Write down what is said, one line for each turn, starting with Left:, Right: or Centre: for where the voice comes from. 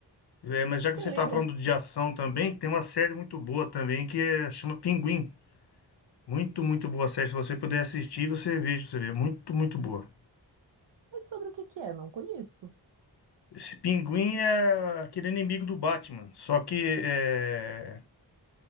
Left: É, mas já
Right: você
Left: que você
Right: lembra?
Left: tá falando de ação também, tem uma série muito boa também que é- chama Pinguim. Muito, muito boa série. Se você puder assistir, você veja, você vê. Muito, muito boa.
Right: Mas sobre o que que é? Não conheço.
Left: Esse Pinguim é aquele inimigo do Batman, só que é,